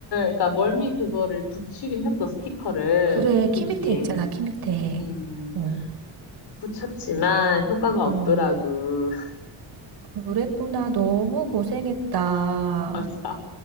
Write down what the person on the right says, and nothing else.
어,
그래, 키
밑에
있잖아, 키 밑에.
어,
어.
그랬구나. 너무 고생했다.